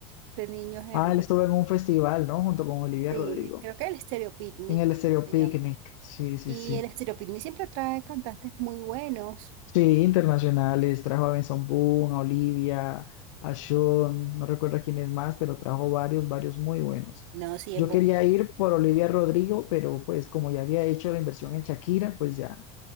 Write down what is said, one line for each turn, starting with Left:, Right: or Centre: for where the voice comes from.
Right: este niño es hermoso.
Left: Ah, él estuvo en un festival, ¿no? Junto con Olivia
Right: Sí,
Left: Rodrigo,
Right: creo que el Stereo Picnic,
Left: en el
Right: creo
Left: Estéreo
Right: que
Left: Picnic.
Right: se llama.
Left: Sí, sí,
Right: Y
Left: sí.
Right: el Stereo Picnic siempre trae cantantes muy buenos.
Left: Sí, internacionales, trajo a Benson Boone, a Olivia, a Sean, no recuerdo quién es más, pero trajo varios, varios muy buenos.
Right: No, sí,
Left: Yo
Right: en Bogotá.
Left: quería ir por Olivia Rodrigo, pero pues como ya había hecho la inversión en Shakira, pues ya